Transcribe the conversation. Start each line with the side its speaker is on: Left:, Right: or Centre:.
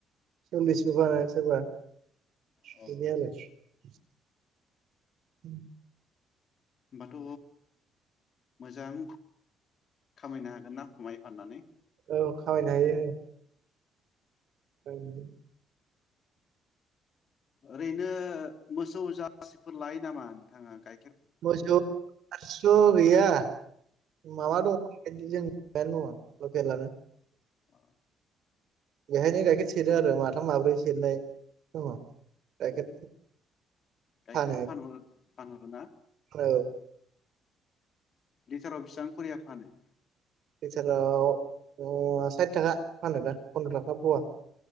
Right: सल्लिसबो फानो सोरबा बेनिया
Left: होमबाथ'
Right: लाइ <unintelligible>
Left: होमबाथ' मोजां खामायनो हागोन ना माइ फाननानै
Right: औ खामायनो हायो बायनि लै
Left: ओरैनो मोसौ जारसिफोर लायो नामा नोंथाङा गायखे
Right: मोसौ जारसिखौ गैया माबा दं <unintelligible> लकेलानो
Left: अ
Right: बेहायनो गाइखेर सेरो आरो माथाम माब्रै सेरनाय दङ गाइखेर
Left: गायखेरखौ
Right: फानो
Left: फानहर फानहरो ना
Right: औ
Left: लिटाराव बेसिबां खरियाव फानो
Right: लिटाराव साइथि थाखा फानो दा फन्द्र थाखा फवा